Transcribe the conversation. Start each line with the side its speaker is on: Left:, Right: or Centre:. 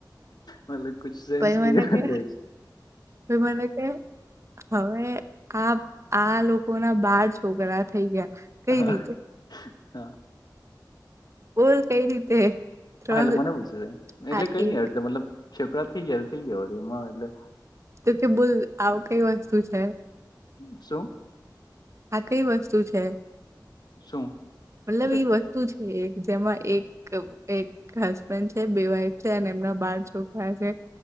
Left: મતલબ કછ સેન્સ
Right: પહી
Left: ન
Right: મને
Left: છે.
Right: કે મને કે હવે. આ આ લોકો ના બાર છોકરા થઈ ગયા. કઈ
Left: હા
Right: રીતે
Left: હા.
Right: બોલ કઈ રીતે ત્રણ
Left: હા એટલે મને પૂછે છે એટલે
Right: આ
Left: કઈ
Right: એક
Left: નઈ આવ મતલબ છોકરા થી ગેલ થઇ ગયો હો એમાં એટલે
Right: તો કે બોલ આવું કઈ વસ્તુ છે.
Left: છું.
Right: આ કઈ વસ્તુ છે
Left: શું
Right: મતલબ
Left: એટલે
Right: વસ્તુ છે એક જેમાં એક હસબન્ડ છે બે વાઈફ છે. અને એમના બાર છોકરા છે.